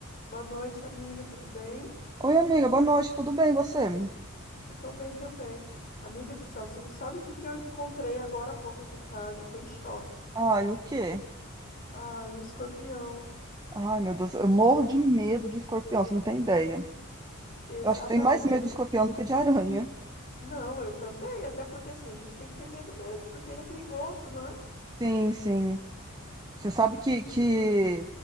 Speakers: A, on the left; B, on the right.
A: Boa noite, amiga, tudo bem?
B: Oi, amiga, boa noite, tudo bem, e você?
A: Eu tô bem também. Amiga do céu, você não sabe o que que eu encontrei agora há pouco aqui em casa? Eu tô em choque.
B: Ai, o quê?
A: Ai, um escorpião.
B: Ai, meu Deus, eu morro de medo de escorpião, você não tem ideia.
A: Exatamente.
B: Eu acho que tem mais medo
A: É-
B: de escorpião do que de aranha.
A: Não, eu também, até porque assim, a gente tem que ter medo mesmo, porque ele é perigoso, né?
B: Sim, sim. Você sabe que, que